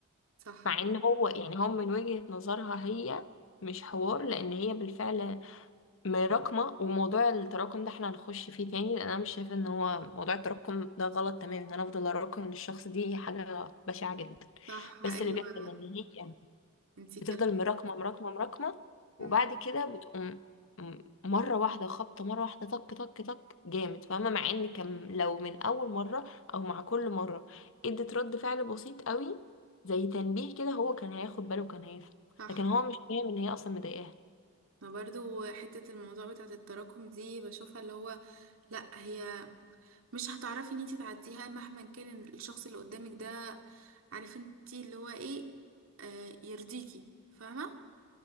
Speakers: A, on the right; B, on the left.
A: صح
B: مع ان هو يعني هو من وجهة نظرها هي مش حوار لان هي بالفعل مراكمة وموضوع التراكم ده احنا هنخش فيه تاني لان انا مش شايفة ان هو موضوع التراكم ده غلط تماما ان انا افضل اراكم للشخص دي حاجة بشعة جدا
A: صح ايوه
B: بس اللي بيحصل ان هي
A: انتي
B: بتفضل
A: اتكلمتي
B: مراكمة مراكمة مراكمة وبعد
A: امم
B: كده بتقوم م- مرة واحدة خبطة مرة واحدة طك طك طك جامد فاهمة مع ان كان لو من أول مرة أو مع كل مرة ادت رد فعل بسيط قوي زي تنبيه كده هو كان هياخد باله وكان هيفهم
A: صح
B: لكن هو مش فاهم ان هي اصلا مضايقاها
A: ما برضو حتة الموضوع بتاعت التراكم دي بشوفها اللي هو لا هي مش هتعرفي ان انتي تعديها مهما كان الشخص اللي قدامك ده عارف انتي اللي هو ايه آه يرضيكي فاهمة